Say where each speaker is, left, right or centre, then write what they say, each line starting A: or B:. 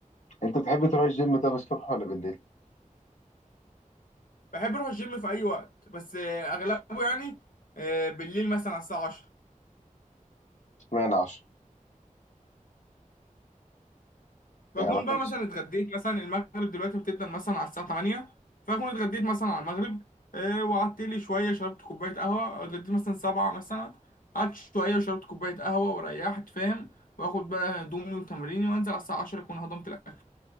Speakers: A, on the left (about 60°); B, on the left (about 80°).
A: انت بتحب تروح الجيم طب الصبح ولا بالليل
B: بحب اروح الجيم في اي وقت بس آه، اغلبه يعني آه، بالليل مثلا على الساعة 10
A: اشمعنى 10
B: بكون
A: يعني مثلا
B: بقى مثلا اتغديت مثلا المغرب دلوقتي بتبدأ مثلا على الساعة 8 فأكون اتغديت مثلا على المغرب آه، وقعدت لي شوية شربت كوباية قهوة اتغديت مثلا 7 مثلا قعدت شوية وشربت كوباية قهوة وريحت فاهم وآخد بقى هدومي وتمريني وأنزل على الساعة 10 أكون هضمت الأكل